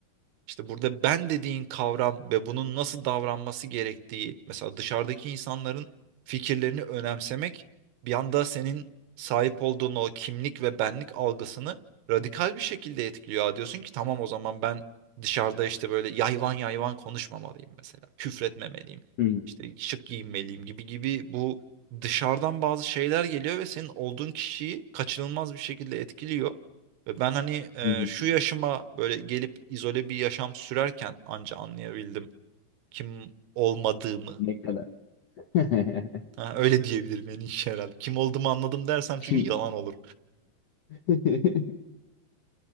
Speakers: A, on the right (about 80°); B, on the left (about 75°).
A: işte burada ben dediğin kavram ve bunun nasıl davranması gerektiği, mesela dışarıdaki insanların fikirlerini önemsemek bir anda senin sahip olduğun o kimlik ve benlik algısını radikal bir şekilde etkiliyor. Aa, diyorsun ki tamam o zaman ben dışarıda işte böyle yayvan yayvan konuşmamalıyım mesela, küfretmemeliyim,
B: Hı hı.
A: işte şık giyinmeliyim gibi gibi bu dışarıdan bazı şeyler geliyor ve senin olduğun kişiyi kaçınılmaz bir şekilde etkiliyor. Ve ben hani e,
B: Hı hı.
A: şu yaşıma böyle gelip izole bir yaşam sürerken anca anlayabildim kim olmadığımı.
B: Ne kadar. <laughs>
A: Ha, öyle diyebilirim en iyi şey herhalde. Kim olduğumu anladım dersem
B: Şimdi
A: çünkü yalan olur.
B: <laughs>